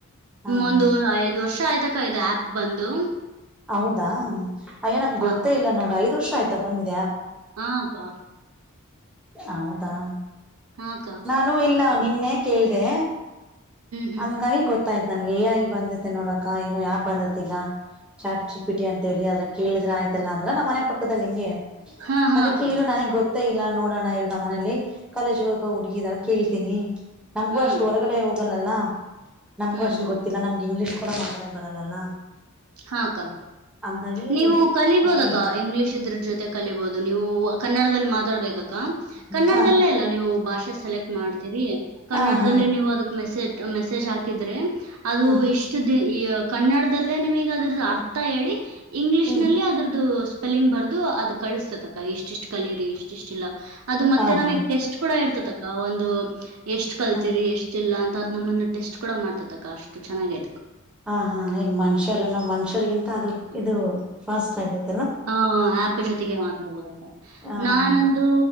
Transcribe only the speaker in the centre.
ಹ
ಹ
ಹೌದಾ ಅಯ್ಯ ನಮ್ಗ್
ಗೊತ್ತೇ
ಇಲ್ಲ ನೋಡ ಐದ್ ವರ್ಷ ಆಯ್ತಾ ಬಂದಿದೆ
ಅವುದಾ
ನಾನು ಇಲ್ಲ
ನಿನ್ನೆ ಕೇಳ್ತ ದೇ
ಹಂಗಾಗಿ ಗೊತ್ತ ಆಯ್ತ ನನ್ಗೆ ಐ ಬಂದೈತೆ ನೋಡಕ ಏೋ ಯಾಪ್ ಬಂದತ್ ಈಗ ಚಾಟ್ ಚಾಟ್ ಜಿಪಿಟಿ ಅಂತ ಹೇಳಿ ಅ್ರ ಕೇಳಿದ್ರೆ ಆಯ್ತು ಅಂದ್ರ ನಮ್ಮ್ ಮನೆ ಪಕ್ಕದಲ್ಲಿ ಹಿಂಗೆ
ಅದಕ್ಕೆ
ಇ ನನಗ್ ಗೊತ್ತ ಗೊತ್ತ ಇಲ್ಲ ನೋಡೋಣ ಇರೋಣ್ಣ ಮನಲಿ ಕಾಲೇಜ್ಗಗ ಹುಡುಗಿದಳ ಕೇಳ್ತೀನಿ ನಮ್ಗೂ
ಅಷ್ಟ ಹೊರಗಡೆ ಹೋಗಲ್ಲ ಇತ್ತಲ್ಲ ನಮ್ಗೂ
ಅಷ್ಟು
ಗೊತ್ತಿಲ್ಲ ನಮಗೆ ಇಂಗ್ಲೀಷ್ ಕೂಡ ಮಾತಾಡಕ್ ಬರಲ್ಲಲ್ಲ
ಹಂಗಾಗಿ
ಅಷ್ಟು
ಹಾ
ಹಾ ಹಾ
ಹ್ಮ್
ಹ್ಮ್
ಹಾ
ಹಾ
ಹಾ
ಹ ಹಾ ಈಗ ಮನುಷ್ಯರನ ಮನುಷ್ಯರಿಗಿಂತ ಅದು ಇದು ಫಾಸ್ಟ್ ಆಗಿತ್ತು
ಹ
ಅದೇ